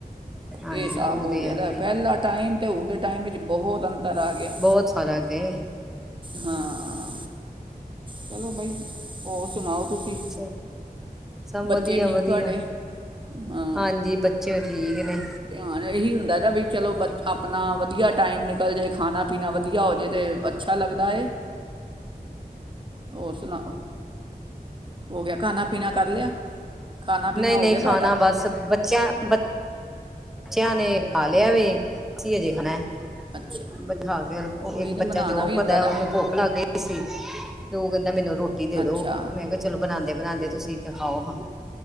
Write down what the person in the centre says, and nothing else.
ਹਾਂਜੀ
ਉਹ
ਤੇ
ਹੈ
ਹੀ
ਬਹੁਤ ਫਰਕ ਏ।
ਅੱਛਾ ਸਭ
ਵਧੀਆ
ਵਧੀਆ
ਹਾਂਜੀ ਬੱਚੇ ਠੀਕ ਨੇ
ਨਹੀਂ-ਨਹੀਂ
ਖਾਣਾ ਬਸ ਬੱਚਿਆਂ ਬਚ ਬੱਚਿਆਂ ਨੇ ਖਾ ਲਿਆ ਵੇਂ ਅਸੀ ਹਜੇ ਖਾਣਾ
ਬਿਠਾ ਕੇ
ਇੱਕ
ਬੱਚਾ
ਜੋਬ
ਕਰਦਾ
ਉਨੂੰ ਭੁੱਖ ਲੱਗ ਗਈ ਦੀ ਸੀ। ਤੇ ਉਹ ਕਹਿੰਦਾ ਮੈਨੂੰ ਰੋਟੀ ਦੇ
ਦੋ ਮੈਂ ਕਿਹਾ ਚਲੋ ਬਣਾਦੇ ਬਣਾਦੇ ਤੁਸੀਂ ਦਿਖਾਓ ਹਾਂ।